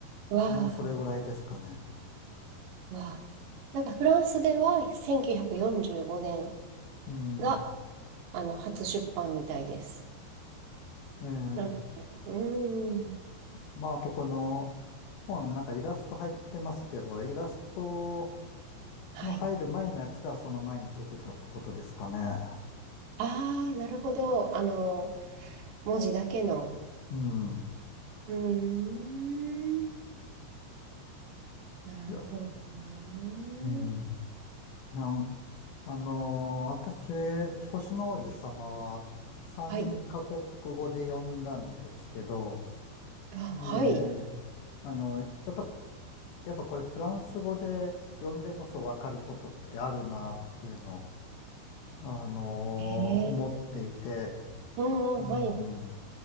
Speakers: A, on the right; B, on the left.
A: わあ、
B: まあ、それぐらいですかね。
A: わあ。なんかフランスでは1945年
B: うん。
A: があの初出版みたいです。
B: ええ
A: なので、うーん。
B: まあ、あとこの本、なんかイラスト入ってますけど、イラスト
A: はい。
B: の入る前のやつがその前に出てたってことですかね。
A: ああ、なるほど。あの、文字だけの。
B: うん。
A: うーん。なるほどね。
B: いや、うん。いやあのー私、星の王子様は3カ国語で読んだんですけど、
A: はい。あ、
B: えーあの、
A: はい。
B: やっぱ、やっぱこれフランス語で読んでこそわかることってあるなっていうのを、あのー思っていて、
A: えーうんうん、
B: うん。
A: はい。